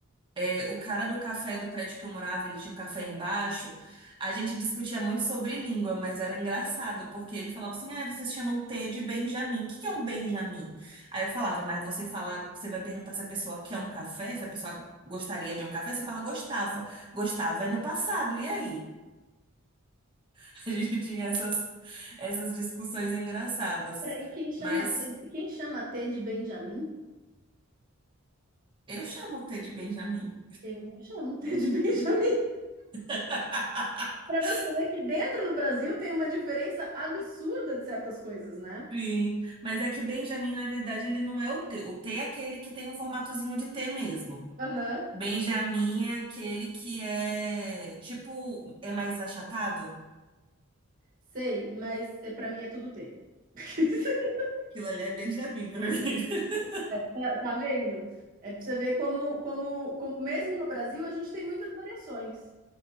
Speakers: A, on the right (about 20°); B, on the right (about 40°).
A: É, o cara do café do prédio que eu morava, ele tinha um café embaixo. A gente discutia muito sobre língua, mas era engraçado, porque ele falava assim: ah, vocês chamam T de Benjamin. O que que é um Benjamin? Aí eu falava, mas você fala, você vai perguntar se a pessoa quer um café, se a pessoa gostaria de um café, você fala, gostava. Gostava é no passado, e aí? <laughs> A gente tinha essas, essas discussões engraçadas.
B: Peraí, quem chama
A: Mas.
B: T, quem chama T de Benjamin?
A: Eu chamo o T de Benjamin.
B: Eu não chamo T de <laughs> Benjamin.
A: <laughs>
B: Pra você ver que dentro do Brasil tem uma diferença absurda de certas coisas, né?
A: Sim, mas é que Benjamin, na verdade, ele não é o T. O T é aquele que tem um formatozinho de T mesmo.
B: Aham,
A: Benjamin é aquele que é, tipo, é mais achatado.
B: sei, mas eh, pra mim é tudo T. <laughs>
A: Aquilo ali é Benjamin pra mim. <laughs>
B: Tá tá vendo? É pra você ver como, como, como mesmo no Brasil a gente tem muitas variações.